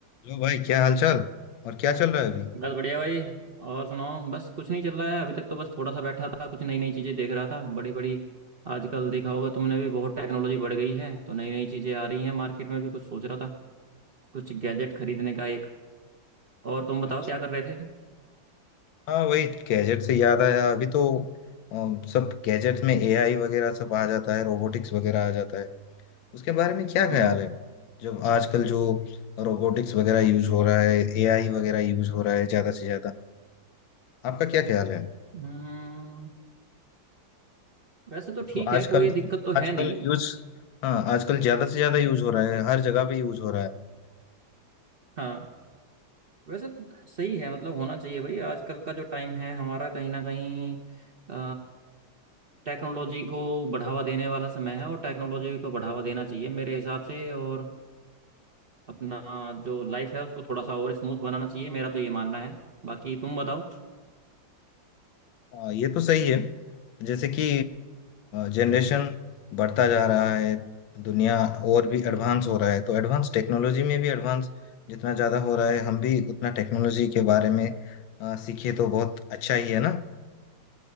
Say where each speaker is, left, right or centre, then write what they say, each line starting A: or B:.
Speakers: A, on the left; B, on the right.
A: Hello भाई क्या हाल चाल और क्या चल रहा है अभी
B: बस बढ़िया भाई और सुनाओ बस कुछ नहीं चल रहा है अभी तक तो बस थोड़ा सा बैठा था कुछ नई नई चीज़ें देख रहा था बड़ी बड़ी आजकल देखा होगा तुमने भी बहुत टेक्नोलॉजी बढ़ गई है तो नई नई चीज़ें आ रही हैं मार्केट में भी कुछ सोच रहा था कुछ गैजेट खरीदने का एक और तुम बताओ
A: अच्छा
B: क्या कर रहे थे
A: हाँ वही गैजेट से याद आया अभी तो अम, सब गैजेट्स में एआई वगैरह सब आ जाता है रोबोटिक्स वगैरह आ जाता है उसके बारे में क्या
B: हम्म
A: ख्याल है जब आजकल जो रोबोटिक्स वगैरह यूज हो रहा है एआई वगैरह यूज हो रहा है ज्यादा से ज्यादा आपका क्या ख्याल है
B: हम्म, वैसे तो
A: मतलब
B: ठीक
A: आजकल
B: है कोई दिक्कत तो
A: आजकल
B: है नहीं
A: यूज हाँ आजकल ज्यादा से ज्यादा यूज हो रहा है हर जगह पे यूज हो रहा है
B: हाँ वैसे तो सही है मतलब होना चाहिए भाई आजकल का जो टाइम है हमारा कहीं ना कहीं अ, टेक्नोलॉजी को बढ़ावा देने वाला समय है और टेक्नोलॉजी को बढ़ावा देना चाहिए मेरे हिसाब से और अपना जो लाइफ है उसको थोड़ा सा और स्मूथ बनाना चाहिए मेरा तो ये मानना है बाकी तुम बताओ
A: हाँ ये तो सही है जैसे कि जनरेशन बढ़ता जा रहा है दुनिया और भी एडवांस हो रहा है तो एडवांस टेक्नोलॉजी में भी एडवांस जितना ज़्यादा हो रहा है हम भी उतना टेक्नोलॉजी के बारे में अ, सीखे तो बहुत अच्छा ही है ना